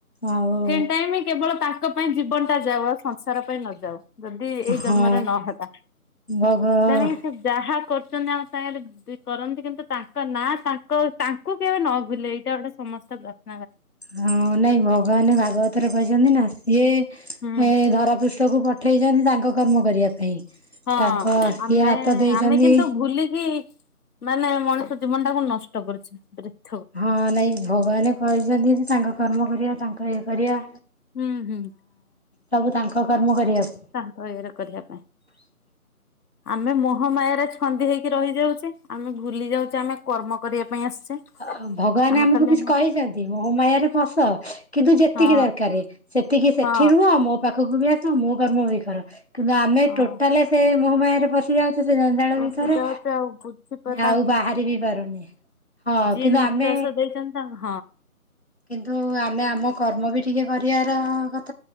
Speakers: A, on the left; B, on the left.
A: ଆଉ
B: ସେ ଟାଇମ କେବଳ ତାଙ୍କ ପାଇଁ ଜୀବନ ଟା ଯାଉ ଆଉ ସଂସାର ପାଇଁ ନ ଯାଉ। ଯଦି ଏଇ
A: ହଁ
B: ଜନ୍ମରେ ନ ହେଲା
A: ଭଗ
B: ତେଣିକି ସେ ଯାହା କର ରିଚନ୍ତି ଆମ ସାଙ୍ଗରେ ସେ କରନ୍ତି କିନ୍ତୁ ତାଙ୍କ ନା ତାଙ୍କ ତାଙ୍କୁ କେବେ ନ ଭୁଲେ ଏଇଟା ଗୋଟେ ସମସ୍ତ ଆ
A: ହଁ ନାଇଁ ଭଗବାନ ଭାଗବତରେ କହିଛନ୍ତି ନା ସିଏ
B: ହୁଁ।
A: ଏ ଧରା ପୃଷ୍ଠକୁ ପଠେଇଛନ୍ତି ତାଙ୍କ କର୍ମ କରିଆ ପାଇଁ।
B: ହଁ
A: ତାଙ୍କ ସିଏ
B: ଆମେ
A: ହାତ ଦେଇଛନ୍ତି
B: ଆମେ କିନ୍ତୁ ଭୁଲି କି ମାନେ ମଣିଷ ଜୀବନ ଟାକୁ ନଷ୍ଟ କରୁଛୁ <unintelligible>
A: ହଁ ନାଇଁ ଭଗବାନ କହିଛନ୍ତି ଯେ ତାଙ୍କ କର୍ମ କରିଆ ତାଙ୍କ ଇଏ କରିଆ।
B: ହୁଁ ହୁଁ।
A: ସବୁ ତାଙ୍କ କର୍ମ କରିବାକୁ।
B: ତାଙ୍କ ଇଏରେ କରିଆ ପାଇଁ। ଆମେ ମୋହମାୟାରେ ଛନ୍ଦି ହେଇକି ରହିଯାଉଛେ ଆମେ ଭୁଲି ଯାଉଚେ ଆମେ କର୍ମ କରିଆ ପାଇଁ ଆସିଛେ।
A: ଅ ଭଗବାନ
B: ଆମେ
A: ଆମକୁ
B: ଖାଲି
A: କିଛି କହିଛନ୍ତି ମୋହମାୟାରେ ପଶ କିନ୍ତୁ ଯେତିକି
B: ହଁ
A: ଦରକାରେ ସେ ତିିକି ସେଠି
B: ହଁ
A: ରୁହ ମୋ ପାଖକୁ ବି ଆ ସ ମୋ କାମ ବି କର କିନ୍ତୁ ଆମେ
B: ହଁ।
A: ଟୋଟାଲେ ସେ ମୋହମାୟାରେ ପଶିଯାଉ ସେ ଯଞ୍ଚାଳ
B: ପଶି
A: ଭିତରେ
B: ଯାଉଚେ ଆଉ ବୁଝି ପା
A: ଆଉ ବାହାରି ବି ପାରୁନି। ହଁ
B: ସେ
A: କିନ୍ତୁ
B: ନିଶ୍ଵାସ
A: ଆମେ
B: ଦେଇଛନ୍ତି <unintelligible>
A: କିନ୍ତୁ ଆମେ ଆମ କର୍ମ ବି ଟିକେ କରିଆର କ